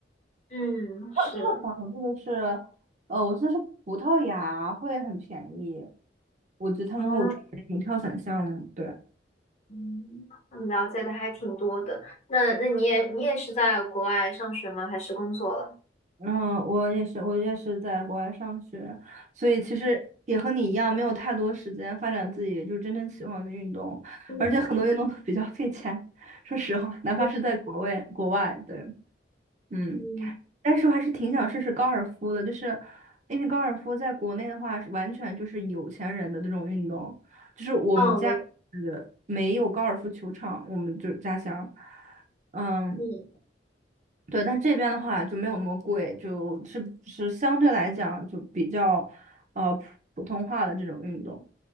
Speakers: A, on the left (about 40°); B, on the right (about 40°).
A: 嗯，是，
B: 跳跳伞，我记得是，呃，我记得是葡萄牙会很便宜，我觉得他们会有专门的那种跳伞项目。
A: 啊，
B: 对。
A: 嗯，你了解的还挺多的。那那你也你也是在国外上学吗？还是工作了？
B: 嗯，我也是，我也是在国外上学，所以其实也和你一样，没有太多时间发展自己就是真正喜欢的运动，
A: 嗯，
B: 而且很多运嗯动都比较费钱。说实话，哪怕是在国外，
A: 就是
B: 国外，对，嗯，
A: 嗯，
B: 但是我还是挺想试试高尔夫的，就是因为高尔夫在国内的话，是完全就是有钱人的这种运动，就是我们家呃没有高尔夫球场，
A: 哦，没，
B: 我们就是家乡，嗯。
A: 嗯
B: 对，但这边的话就没有那么贵，就是是相对来讲就比较，呃，普普通话的这种运动。